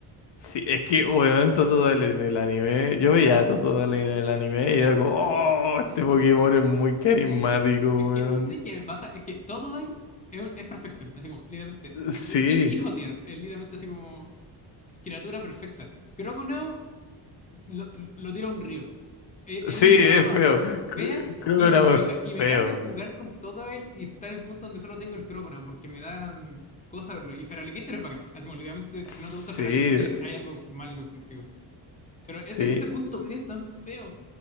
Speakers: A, on the left (about 65°); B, on the left (about 15°).
A: Sí, es que, weón, Totodile en el anime, yo veía a Totodile en el anime y era como, oh, este
B: Mira,
A: Pokémon es muy carismático,
B: Es que,
A: weón.
B: ¿sabes qué me pasa? Es que Totodile es, un- es perfección, así como, literalmente.
A: Sí,
B: el hi- hijo tier, es literalmente así como criatura perfecta. Croconaw lo, lo tira a un río. Es, es
A: sí,
B: la
A: es
B: weá más
A: feo. C-
B: fea
A: Creo
B: que
A: que
B: he visto,
A: no
B: Y me,
A: es feo.
B: ca- y me carga jugar
A: weón.
B: con todo él y estar en el punto donde solo tengo el Croconaw porque me dan cosas. verlo. Y Feraligatr es bacán. Así como literalmente,
A: Sí,
B: si no te gusta Feraligatr, hay algo malo contigo. Pero ese,
A: sí.
B: ese punto medio es tan feo.